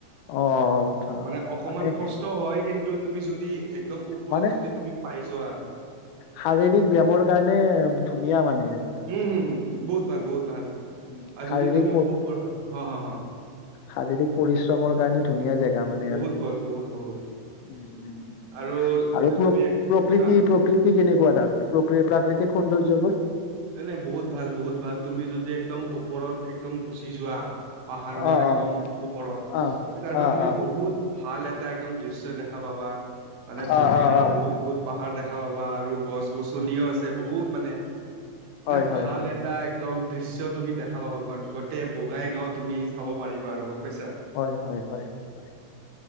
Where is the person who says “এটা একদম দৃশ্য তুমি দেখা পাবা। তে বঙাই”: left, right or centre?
Right